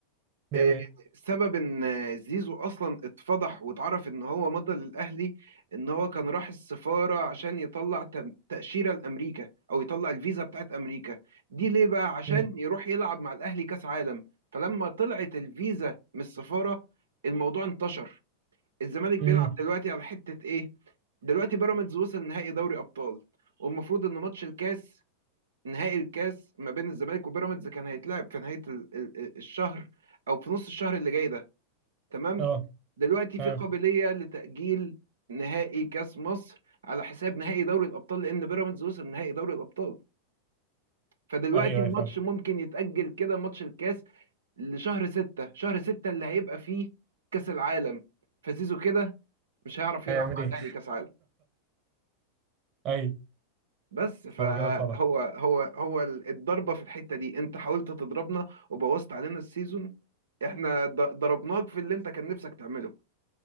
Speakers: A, on the right (about 30°); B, on the right (about 70°).
A: بيعمل
B: آه،
A: ايه
B: سبب ان آه، زيزو اصلا اتفضح واتعرف ان هو مضى للاهلي ان هو كان راح السفاره عشان يطلع تم- تاشيره لامريكا او يطلع الفيزا بتاعت امريكا دي ليه بقى عشان
A: امم
B: يروح يلعب مع الاهلي كاس عالم فلما طلعت الفيزا من السفاره الموضوع انتشر الزمالك بيلعب
A: امم
B: دلوقتي على حته ايه دلوقتي بيراميدز وصل نهائي دوري ابطال والمفروض ان ماتش الكاس نهائي الكاس ما بين الزمالك وبيراميدز كان هيتلعب في نهاية ال- ال- الشهر أو في نص الشهر اللي جاي ده تمام
A: اه
B: دلوقتي
A: تمام
B: في قابلية لتأجيل نهائي كاس مصر على حساب نهائي دوري الأبطال لأن بيراميدز وصل نهائي دوري الأبطال فدلوقتي
A: ايوه
B: الماتش
A: ايوه فاهم
B: ممكن يتأجل كده ماتش الكاس لشهر ستة شهر ستة اللي هيبقى فيه كاس العالم فزيزو كده مش هيعرف يلعب
A: <laughs> هيعمل
B: مع
A: ايه
B: الأهلي كاس عالم
A: ايوه
B: بس فهو
A: هو كده اتفضح
B: هو هو الضربة في الحتة دي انت حاولت تضربنا وبوظت علينا السيزون احنا ض- ضربناك في اللي انت كان نفسك تعمله